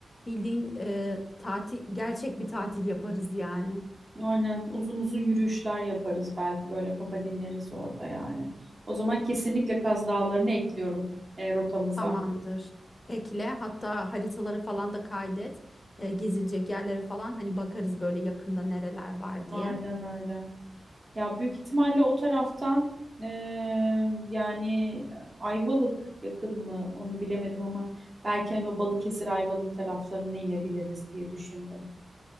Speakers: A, on the left; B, on the right.
A: bildiğin e, tatil gerçek bir tatil yaparız yani
B: Aynen uzun uzun yürüyüşler yaparız belki böyle kafa dinleriz orada yani. O zaman kesinlikle Kaz Dağları'nı ekliyorum e, rotamıza.
A: tamamdır ekle hatta haritalara falan da kaydet E, gezilecek yerlere falan hani bakarız böyle yakında nereler var
B: Aynen
A: diye.
B: öyle. Ya büyük ihtimalle o taraftan eee, yani Ayvalık yakın mı onu bilemedim ama belki hani o Balıkesir Ayvalık taraflarına inebiliriz diye düşündüm.